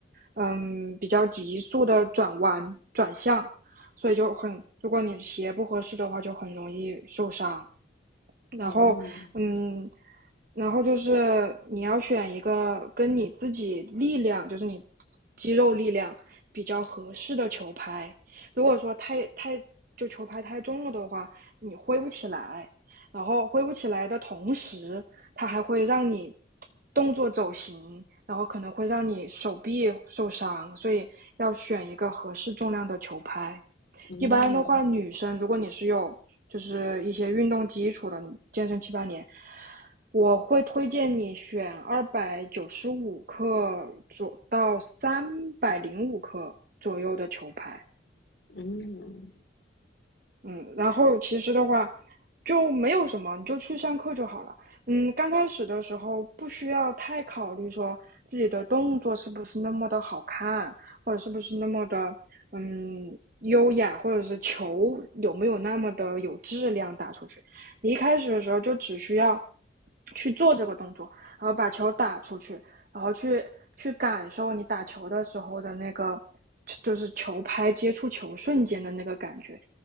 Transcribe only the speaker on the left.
嗯
嗯
嗯